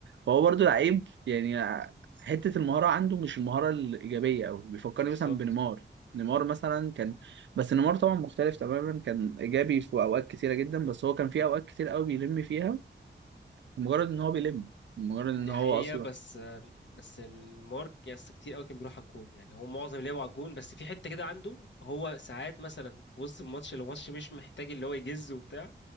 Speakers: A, on the right (about 70°); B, on the left (about 70°).
A: فهو برضه لعيب يعني حتة المهارة عنده مش المهارة الإيجابية أوي بيفكرني
B: بالظبط
A: مثلا بنيمار نيمار مثلا كان بس نيمار طبعا مختلف تماما كان إيجابي في أوقات كتيرة جدا بس هو كان في أوقات كتير أوي بيلم فيها مجرد إن هو بيلم مجرد إن
B: دي
A: هو
B: حقيقة
A: أصلا
B: بس بس المارك يعني كتير قوي كان بيروح على الجون يعني هو معظم لعبه على الجون بس في حتة كده عنده هو ساعات مثلا في وسط الماتش لو الماتش مش محتاج اللي هو يجز وبتاع